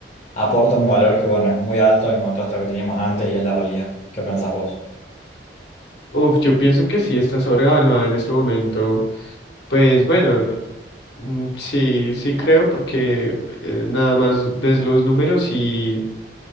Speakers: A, on the left; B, on the left.
A: aporta un valor que, bueno, es muy alto en contraste a lo que teníamos antes y es la realidad? ¿Qué pensás vos?
B: Uf, yo pienso que sí está sobrevaluada en este momento. Pues bueno, Mm, Sí, sí creo porque eh, nada más ves los números y